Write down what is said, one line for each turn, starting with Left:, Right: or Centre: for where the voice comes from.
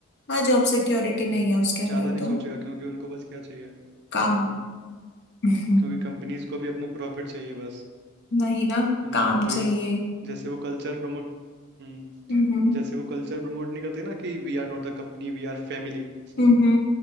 Left: हाँ जॉब सिक्योरिटी नहीं
Right: वो
Left: है उसके अंदर
Right: ज्यादा नहीं
Left: तो
Right: सोचेगा क्योंकि उनको बस क्या चाहिए हम्म।
Left: काम <laughs>
Right: क्योंकि कंपनीज को भी अपना प्रॉफिट चाहिए बस
Left: नहीं ना
Right: उन्होंने
Left: काम
Right: कोई
Left: चाहिए
Right: जैसे वो कल्चर प्रमोट हम्म
Left: हम्म
Right: जैसे वो कल्चर प्रमोट नहीं करते ना कि we are not the company we are family
Left: हम्म
Right: <laughs>